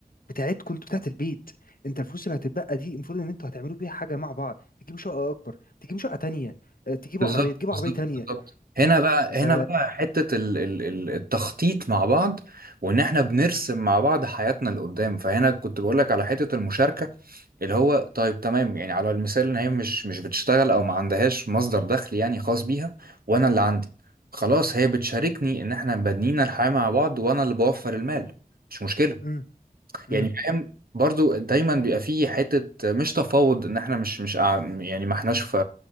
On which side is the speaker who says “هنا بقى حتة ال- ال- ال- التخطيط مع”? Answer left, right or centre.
Right